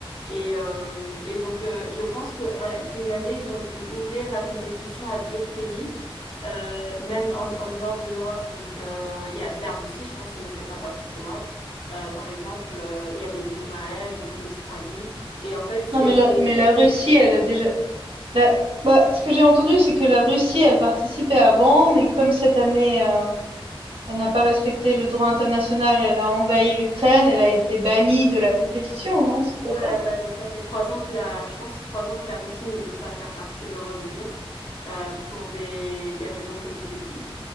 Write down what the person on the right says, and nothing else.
Non, mais la, mais la Russie, elle a déjà. La, bah, ce que j'ai entendu, c'est que la Russie, elle participait avant, mais comme cette année, euh, elle n'a pas respecté le droit international, elle a envahi l'Ukraine, elle a été bannie de la compétition, non? C'est
pas ça?